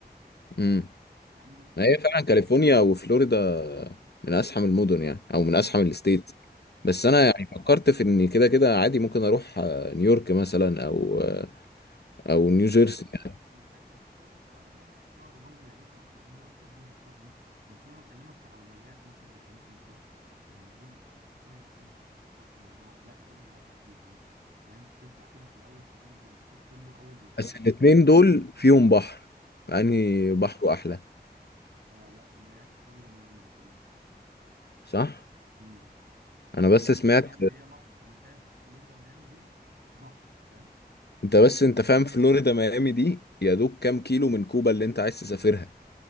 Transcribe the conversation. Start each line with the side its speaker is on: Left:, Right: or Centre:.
Left: امم
Right: عندك
Left: ما هي
Right: آه،
Left: فعلا كاليفورنيا وفلوريدا من ازحم المدن يعني او من ازحم
Right: بالظبط
Left: الستيت
Right: بالظبط
Left: بس انا يعني فكرت في ان كده كده عادي ممكن اروح آه، نيويورك مثلا او آه، او
Right: حلو
Left: نيوجيرسي
Right: برضه نيويورك
Left: يعني.
Right: ما انت انت بتتكلم كواحد رايح شهر برضه يا باشا هتروح دي وهتروح دي وهتروح دي بس انا بكلمك كاولويات مثلا انت ممكن تروح يعني دول الحاجتين اللي انت ممكن تظبطهم اللي هو لا دول اللي هبدأ بيهم مثلا فاهم تطلع كده في الاول تجيب الانبساط كله اول اسبوع
Left: بس
Right: في
Left: الاتنين
Right: الاتنين دول
Left: دول فيهم بحر فانهي
Right: مم.
Left: بحره احلى
Right: آه لا ميا... فلوريدا ميامي بصراحة
Left: صح
Right: امم
Left: انا بس
Right: هي
Left: سمعت
Right: اصلا يا ابني هي بحر انا شايف فلوريدا ميامي دي بحر فاهم
Left: انت بس انت فاهم فلوريدا ميامي دي يا دوب كام كيلو من كوبا اللي انت عايز تسافرها